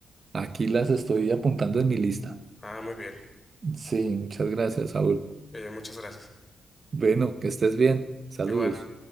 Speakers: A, on the right; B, on the left.
A: Aquí las estoy apuntando en mi lista.
B: Ah, muy bien.
A: Sí, muchas gracias, Saúl.
B: Eh, muchas gracias.
A: Bueno, que estés bien. Saludos.
B: Igual.